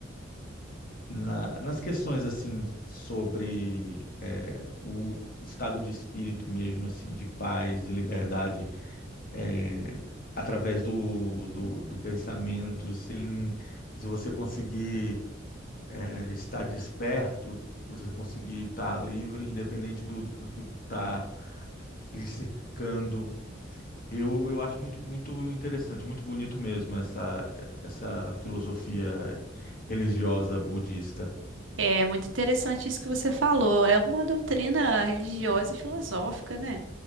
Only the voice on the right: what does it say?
É muito interessante isso que você falou. É uma doutrina religiosa e filosófica, né?